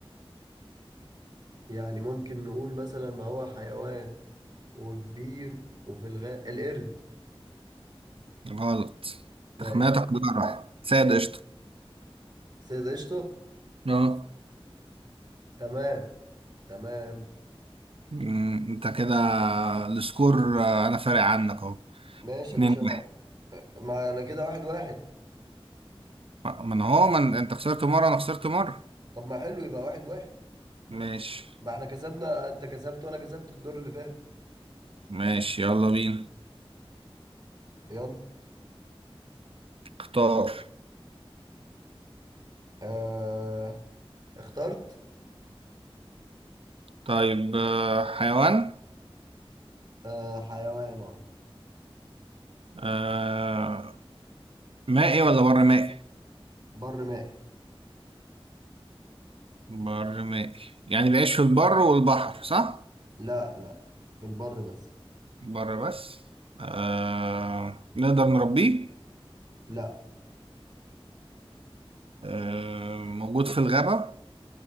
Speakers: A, on the right; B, on the right.
A: يعني ممكن نقول مثلا ما هو حيوان وكبير وفي الغابة القرد
B: غلط
A: ماشي
B: تخميناتك كلها راحت سيد قشطة
A: سيد قشطة
B: اه
A: تمام تمام
B: مم، انت كده السكور آه، انا فارق عنك اهو
A: ماشي
B: اتنين
A: يا باشا ما
B: واحد
A: ما على كده واحد واحد
B: آه، من هو من انت خسرت مرة انا خسرت مرة
A: طب ما حلو يبقى واحد واحد
B: ماشي
A: ما احنا كسبنا انت كسبت وانا كسبت الدور اللي فات
B: ماشي يلا بينا
A: يلا
B: اختار
A: آه اخترت
B: طيب آه، حيوان
A: آه حيوان اه
B: آه، مائي ولا بر مائي
A: بر مائي
B: بر مائي يعني بيعيش في البر والبحر صح
A: لا لا في البر بس
B: بر بس آه، نقدر نربيه
A: لا
B: آه، موجود في الغابة